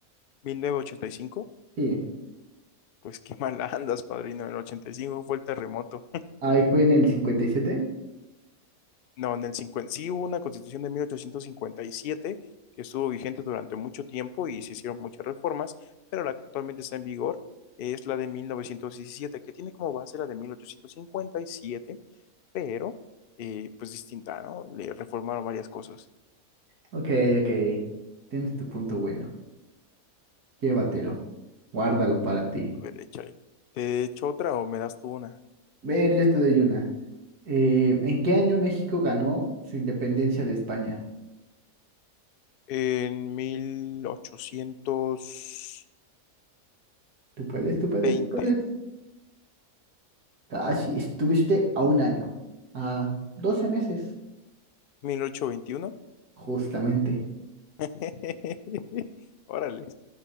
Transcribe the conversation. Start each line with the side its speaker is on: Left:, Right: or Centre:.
Left: ¿1985?
Right: Sí.
Left: Pues qué mal <laughs> andas, padrino. El 85 fue el terremoto.
Right: Ahí fue en el 57.
Left: No, en el 50, sí hubo una constitución de 1857 que estuvo vigente durante mucho tiempo y se hicieron muchas reformas, pero la que actualmente está en vigor es la de 1917 que tiene como base la de 1857, pero eh, pues distinta, ¿no? Le reformaron varias cosas.
Right: Ok, ok. Tienes tu punto bueno. Llévatelo. Guárdalo para ti.
Left: A ver, échale. ¿Te echo otra o me das tú una?
Right: Ver, yo te doy una. Eh, ¿en qué año México ganó su independencia de España?
Left: En mil mil ochocientos
Right: Tú puedes, tú puedes,
Left: veinte,
Right: tú puedes. Casi, estuviste a un año, a 12 meses,
Left: mil ochocientos veintiuno.
Right: justamente.
Left: <laughs> Órale,